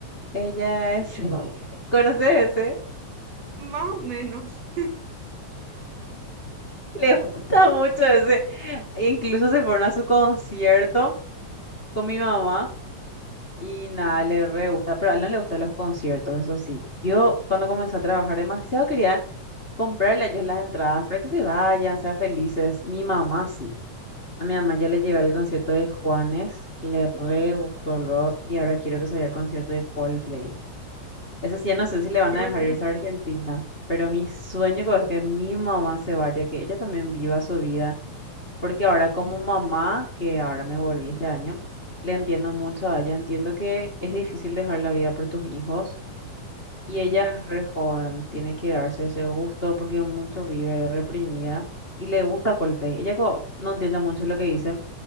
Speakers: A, on the left; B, on the right.
A: ella es... <laughs> ¿Conoces ese?
B: Más o menos.
A: Les gusta mucho ese. e Incluso se fueron a su concierto con mi mamá y nada, le re gusta, pero a él no le gustan los conciertos, eso sí. Yo cuando comencé a trabajar demasiado quería comprarle a ellos las entradas para que se vayan, sean felices. Mi mamá sí. A mi mamá ya le llevé al concierto de Juanes, le re gustó luego y ahora quiero que se vaya al concierto de Coldplay. Ese sí, ya no sé
B: <laughs>
A: si le van
B: Yo
A: a dejar
B: me pongo...
A: irse a Argentina, pero mi sueño es que mi mamá se vaya, que ella también viva su vida porque ahora como
B: eh,
A: mamá, que ahora me volví este año, le entiendo mucho a ella. Entiendo que es difícil dejar la vida por tus hijos y ella
B: eh,
A: es re joven, tiene que darse ese gusto porque mucho vive reprimida y le gusta Coldplay. Ella co- no entiende mucho lo que dice,